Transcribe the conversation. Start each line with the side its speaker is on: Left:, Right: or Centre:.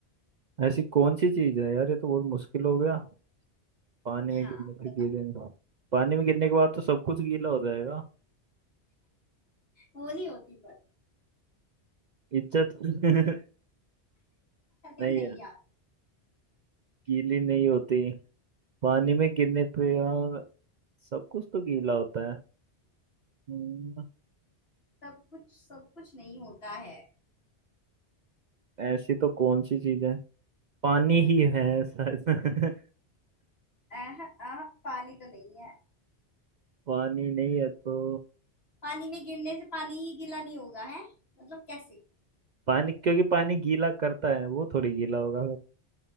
Right: ऐसी कौन सी चीज है यार ये तो बहुत मुश्किल हो गया पानी में
Left: हाँ
Right: गिरने से
Left: बताओ
Right: गीले नहीं पानी में गिरने के बाद तो सब कुछ गीला हो जाएगा
Left: वो नहीं होती पर
Right: इज्जत <laughs>
Left: अरे
Right: नहीं
Left: नहीं
Right: यार
Left: यार
Right: गीली नहीं होती पानी में गिरने पे यार सब कुछ तो गीला होता है हम्म,
Left: सब कुछ सब कुछ नहीं होता है
Right: ऐसी तो कौन सी चीज है पानी ही है शायद <laughs>
Left: अह, अह, पानी तो नहीं है
Right: पानी नहीं है तो
Left: पानी में गिरने से पानी गीला नहीं होगा है मतलब कैसे
Right: पानी क्योंकि पानी गीला करता है वो थोड़ी गीला होगा